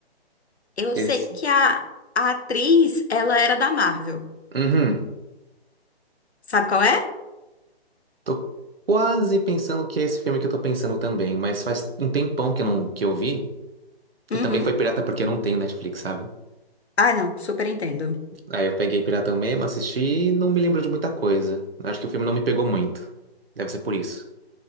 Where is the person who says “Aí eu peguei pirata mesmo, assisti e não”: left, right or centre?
Right